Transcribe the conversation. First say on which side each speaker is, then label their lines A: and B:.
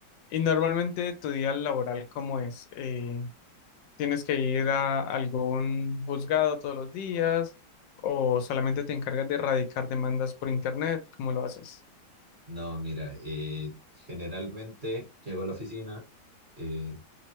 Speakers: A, on the left; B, on the right.
A: y normalmente tu día laboral, ¿cómo es? Eh, ¿tienes que ir a algún juzgado todos los días o solamente te encargas de erradicar demandas por internet? ¿Cómo lo haces?
B: No, mira, eh, generalmente llego a la oficina, eh,